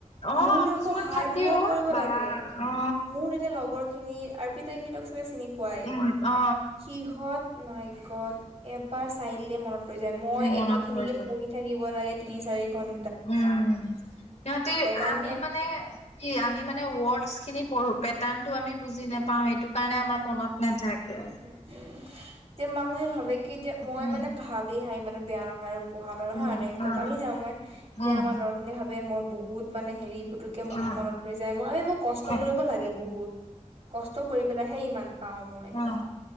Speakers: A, on the left; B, on the right.
A: অ
B: মোৰ
A: কিছুমান
B: আকৌ হাৰ্ড
A: থাকে
B: ৱৰ্ক
A: অ
B: কৰিব
A: বা
B: লাগে।
A: অ
B: মোৰ তাতে লগৰ খিনি আৰপিতা ইংগিতক চাগে চিনি পা। পোৱাই
A: উম অ
B: সিহঁত মাইগত এবাৰ চাই দিলেই মনত। ৰৈ যায় মই
A: অ মনত
B: একে খিনিকে
A: পৰি যায়
B: পঢ়ি থাকিব লাগে তিনি চাৰি ঘন।
A: উম সিহঁতি
B: মানুহে
A: আমি মানে। কি আমি মানে ৱৰ্ডচ খিনি পঢ়ো পেটাৰ্নটো আমি বুজি নাপাও সেইটো। কাৰণে আমাৰ মনত নাথাকে।
B: উ এতিয়া মানুহে ভাবে কি এতিয়া মই
A: উম
B: মানে ভালেই হাঁ ইমানো বেয়া নহয় আৰু। পঢ়াত আৰু হা
A: উম
B: ৰেংকত
A: অ
B: আহি যাওঁ মই এতিয়া
A: উম
B: আমাৰ ল'ৰাখিনি ভাবে মই বহুত মানে হেৰি পু। টোকে মোক
A: অ
B: মনত ৰৈ যায় আৰে মোৰ কষ্ট
A: অ
B: কৰিব লাগে বহুত কষ্ট কৰি। পেলাইহে ইমান পাওঁ মই।
A: অ অ